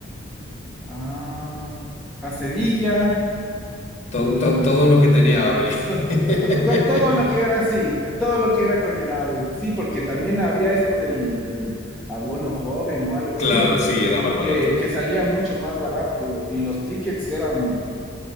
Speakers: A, in the centre; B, on the left (about 35°).
A: a, a Sevilla,
B: To-
A: eh,
B: to- todo lo que tenía AVE.
A: to-
B: <laughs>
A: to- to- todo lo que era así, todo lo que era con el AVE, sí, porque también había esto del, del abono joven o algo así.
B: Claro, sí, era más barato.
A: que, que salía mucho más barato y los tickets eran